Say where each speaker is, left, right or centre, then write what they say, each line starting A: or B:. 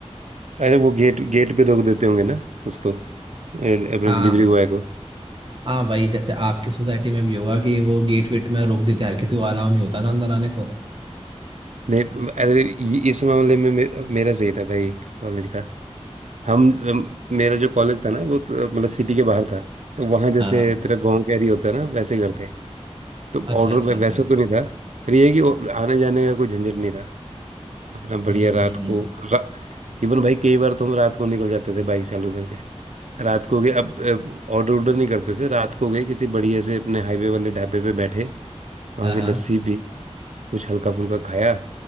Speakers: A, on the right (about 85°); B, on the right (about 45°).
A: अरे वो गेट गेट पे रोक देते होंगे ना उसको ए- अपने
B: हाँ
A: डिलीवरी बॉय को
B: हाँ भाई जैसे आपकी सोसाइटी में भी होगा कि वो गेट वेट में रोक देते हैं हर किसी को अलाउ नहीं होता ना अंदर आने को
A: नहीं अरे ये- इस मामले में मे, मेरा सही था भाई कॉलेज का हम हम- मेरा जो कॉलेज था ना वो तो, मतलब सिटी के बाहर था तो वहाँ जैसे
B: हाँ हाँ
A: तेरा गांव कैरी होता है ना वैसे ही करते हैं। तो
B: अच्छा
A: ऑर्डर
B: अच्छा
A: वैसा
B: अच्छा
A: तो नहीं था पर ये है कि आने जाने का कोई झंझट नहीं था अपना बढ़िया
B: हम्म
A: रात
B: हम्म
A: को
B: हम्म
A: रा... इवन भाई कई बार तो हम रात को निकल जाते थे बाइक चालू करके रात को गए अब ऑर्डर ऑर्डर नहीं करते थे रात को गए किसी बढ़िया से अपने हाईवे वाले ढाबे पे बैठे वहां
B: हाँ
A: पे
B: हाँ
A: लस्सी पी कुछ हल्का फुल्का खाया